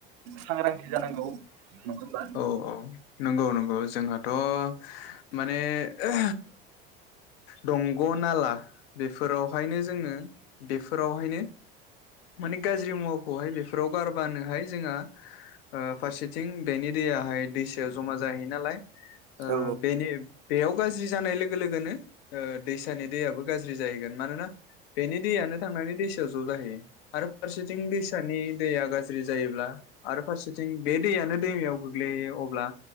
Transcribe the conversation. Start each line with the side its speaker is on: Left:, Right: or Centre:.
Right: सांग्रांथि जानांगौ। नङा होमबा
Left: औ औ नंगौ नंगौ जोंहाथ'
Right: <inaudible>
Left: माने ओ दंग' नाला बेफोरावहायनो जोङो बेफोरावहायनो माने गाज्रि मुवाखौहाय बेफोराव गारबानोहाय जोंहा ओ फारसेथिं बेनि दैयाहाय दैसायाव जमा जाहैयो नालाय ओ
Right: औ
Left: बे नि बेयाव गाज्रि जानाय लोग लोगो लोगोनो ओ दैसानि दैआबो गाज्रि जाहैगोन मानोना बेनि दैनो थांनानै दै आव ज जाहैयो आरो फारसेथिं दैसानि दैया गाज्रि जायोब्ला आरो फारसेथिं बे दैआनो दैमायाव गोग्लैहयो अब्ला